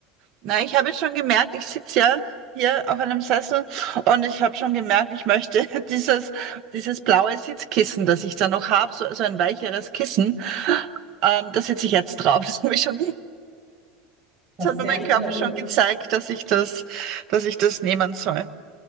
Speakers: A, on the right (about 55°); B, on the right (about 35°).
A: Na, ich habe schon gemerkt, ich sitze ja hier auf einem Sessel und ich habe schon gemerkt, ich möchte <laughs> dieses, dieses blaue Sitzkissen, das ich da noch habe, so, so ein weicheres Kissen, ähm, da sitze ich jetzt drauf. <laughs> Das habe ich schon,
B: Das
A: das hat
B: ist
A: mir
B: der
A: mein
B: erste
A: Körper
B: Schritt.
A: schon gezeigt, dass ich das, dass ich das nehmen soll.